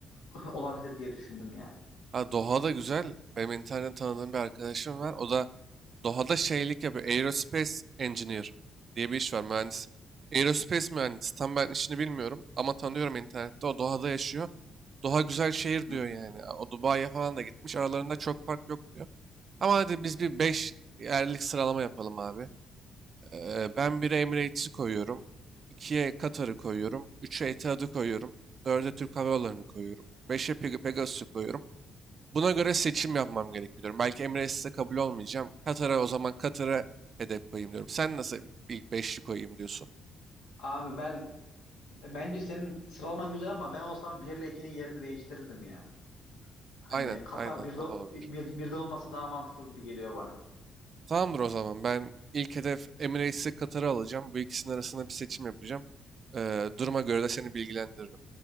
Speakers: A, on the left; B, on the right.
A: <laughs> olabilir diye düşündüm yani.
B: Ha, Doha'da güzel. Benim internetten tanıdığım bir arkadaşım var. O da Doha'da şeylik yapıyor. Aerospace Engineer diye bir iş var. Mühendis. Aerospace mühendisi. Tam ben işini bilmiyorum. Ama tanıyorum internette. O Doha'da yaşıyor. Doha güzel şehir
A: Hı.
B: diyor yani. O Dubai'ye falan da gitmiş. Aralarında çok fark yok diyor. Ama hadi biz bir 5 yerlik sıralama yapalım abi. Ee, ben 1'e Emirates'i koyuyorum. ikiye Katar'ı koyuyorum. 3'e Etihad'ı koyuyorum. dörde Türk Hava Yolları'nı koyuyorum. beşe Pegasus'u koyuyorum. Buna göre seçim yapmam gerekiyor diyorum. Belki Emirates'e kabul olmayacağım. Katar'a o zaman Katar'a hedef koyayım diyorum. Sen nasıl ilk beşli koyayım diyorsun?
A: Abi ben E, Bence senin sıralaman güzel ama ben olsam 1 ile 2'nin yerini değiştirirdim ya. Hani
B: Aynen,
A: Katar
B: aynen.
A: birde
B: O da olabilir.
A: bir, 1'de olması daha mantıklı gibi geliyor bana.
B: Tamamdır o zaman. Ben ilk hedef Emirates'e Katar'ı alacağım. Bu ikisinin arasında bir seçim yapacağım. Ee, duruma göre de seni bilgilendiririm.